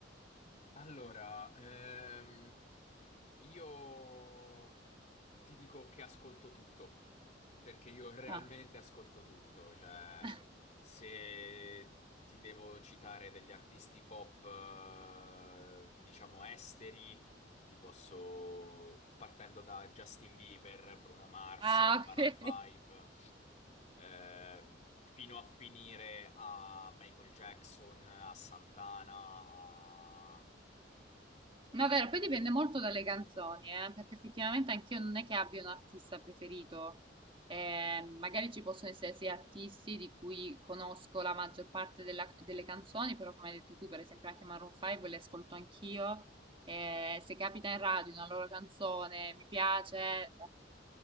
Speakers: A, on the left; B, on the right.
A: Allora, ehm, Io ti dico che ascolto tutto, perché io realmente
B: Ah,
A: ascolto tutto, cioè
B: <laughs>
A: se ti devo citare degli artisti pop, eh, diciamo esteri, ti posso, partendo da Justin Bieber, Bruno Mars,
B: ah,
A: Maroon
B: ok.
A: 5, ehm, fino a finire a Michael Jackson, a Santana, a...
B: No, è vero, poi dipende molto dalle canzoni, eh, perché effettivamente anch'io non è che abbia un artista preferito. Eh, magari ci possono essere sì artisti di cui conosco la maggior parte della- delle canzoni, però come hai detto tu, per esempio anche Maroon 5 le ascolto anch'io. eh, se capita in radio una loro canzone, mi piace, eh,